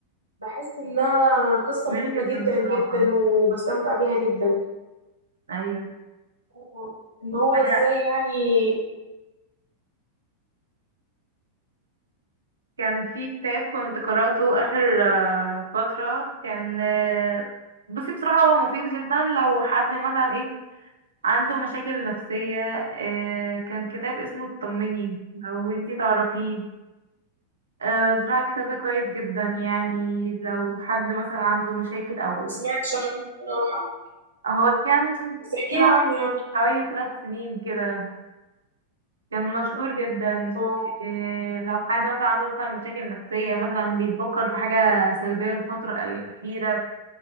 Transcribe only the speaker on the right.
جميلة
جدا
بصراحة
ايوه
انا
كان في كتاب كنت قرأته آخر آه، فترة كان آه، بصي بصراحة هو مفيد جدا لو حد مثلا ايه عنده مشاكل نفسية آه، كان كتاب اسمه اطمني لو انتي تعرفيه آه، بصراحة الكتاب ده كويس جدا يعني لو حد مثلا عنده مشاكل او
هو كان
طلع
حوالي ثلاث سنين كده كان مشهور جدا
إيه لو حد مثلا عنده مثلا مشاكل نفسية مثلا بيفكر في حاجة سلبية الفترة الأخيرة